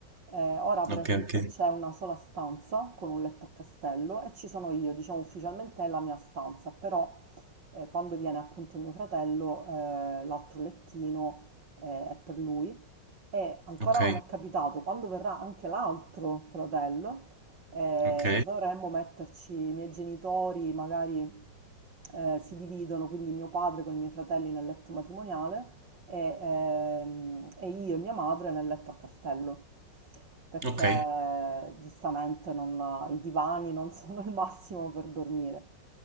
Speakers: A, on the right; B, on the right.
A: Eh, ora, per
B: ok,
A: esempio,
B: ok,
A: c'è una sola stanza con un letto a castello e ci sono io, diciamo ufficialmente è la mia stanza, però eh, quando viene appunto mio fratello, eh, l'altro lettino eh, è per lui e ancora
B: ok,
A: non è capitato quando verrà anche l'altro fratello eh,
B: ok,
A: dovremmo metterci, i miei genitori magari eh, si dividono, quindi mio padre con i miei fratelli nel letto matrimoniale e, ehm, e io e mia madre nel letto a castello, perché
B: ok.
A: giustamente non- i divani non <laughs> sono il massimo per dormire.